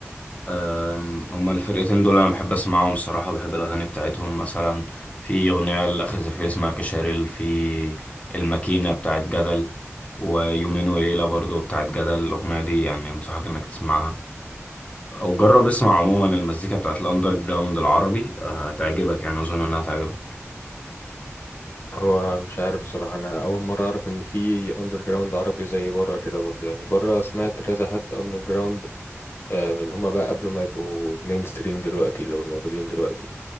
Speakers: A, on the left (about 30°); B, on the left (about 55°).
A: أم، هما الفرقتين دول أنا بحب أسمعهم صراحة بحب الأغاني بتاعتهم مثلا في أغنية لآخر زفير اسمها كشاريل في الماكينة بتاعت جدل ويومين وليلة برضو بتاعت جدل الأغنية دي يعني أنصحك إنك تسمعها أو جرب اسمع عموما المزيكا بتاعت الأندر جراوند العربي أه، هتعجبك يعني أظن إنها هتعجبك
B: هو مش عارف بصراحة أنا أول مرة أعرف إن في أندر جراوند عربي زي بره كده برضو يعني بره سمعت كذا حد أندر جراوند من اللي هما بقى قبل ما يبقوا مين ستريم دلوقتي اللي هما موجودين دلوقتي